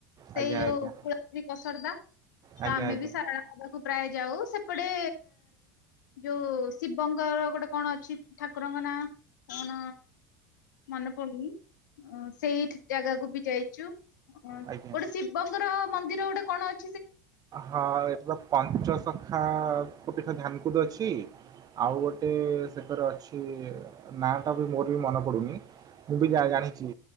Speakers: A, on the left; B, on the right.
A: ସେଇ
B: ଆଜ୍ଞା
A: ଯୋଉ
B: ଆଜ୍ଞା
A: କୁଳ୍ରୀ ପସରଦା। ତ
B: ଆଜ୍ଞା
A: ଆମେ
B: ଆଜ୍ଞା
A: ବି ସାରଳା ଆଳକୁ ପ୍ରାୟ ଯାଉ। ସେପଟେ ଯୋଉ ଶିବଙ୍କର ଗୋଟେ କଣ ଅଛି ଠାକୁରଙ୍କ ନାଁ କଣ? ମନେପଡୁନି ସେଇ ଜାଗାକୁ ବି ଯାଇଚୁ। ହଁ
B: ଆଜ୍ଞା।
A: ଗୋଟେ ଶିବଙ୍କର ମନ୍ଦିର ଗୋଟେ କଣ ଅ
B: ହଁ ଏଠି ତ ପଞ୍ଚସଖା ଧ୍ୟାନ ପୀଠ ଅଛି। ଆଉ ଗୋଟେ ସେକରେ ଅଛି ନା ଟା ବି ମୋ ମନ ପଡୁନି ମୁଁ ବି ଜା-ଜାଣିଛି।